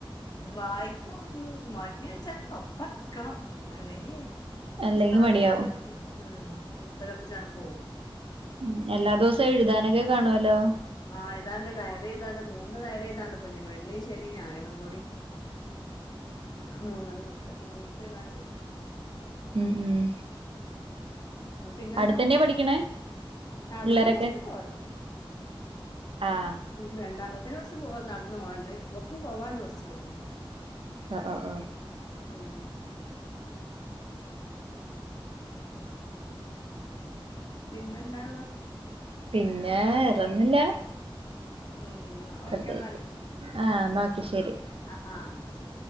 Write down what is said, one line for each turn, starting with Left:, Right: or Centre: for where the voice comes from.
Left: വായ്പും മഡീ വച്ചാല് ഒപ്പം നിൽക്കണം അല്ലെങ്കി
Right: അല്ലെങ്കി
Left: പുസ്തകപ്പിച്ചണ്ട്
Right: മടിയാവും
Left: ഉം ഉം പുസ്തകത്തിച്ചാണ് പോക
Right: ഉം എല്ലാ ദിവസവും എഴുതാനൊക്കെ കാണുവലോ
Left: ആ് ഇതാണ്ട് ഡയറി ഇതാണ്ട് മൂന്ന് ഡയറി ഇതാണ്ട് പൊഞ്ഞ് വെള്ളി ശനി ഞായരും കൂടി <unintelligible> മൂന്നവസത്തെ എഴുതനണ്ട്
Right: മം ഉം
Left: ആ പിന്നെന്താ
Right: അടുത്തന്നെയാ പഠിക്കണേ
Left: അവിടുന്ന്
Right: പിള്ളേരൊക്കെ
Left: കുറച്ച് പോവാത്
Right: ആഹ്
Left: വേണ്ടാമ്പ അത്ര കുറച്ച് പോ നടന്നു പോവാണ്ട ഇവപ്പും പോവാണ്ട് കുറച്ചവിന്ന്
Right: ആ ആ ആ
Left: ഉം പിന്നെന്താ
Right: പിന്നെ ഇറന്നില്ല
Left: ഉം എന്നാ
Right: പ്രത്യേകിച്ച്
Left: ഓക്കെ എന്നാല്
Right: ആ നോ ശരി
Left: ആ ആ എന്നോശെ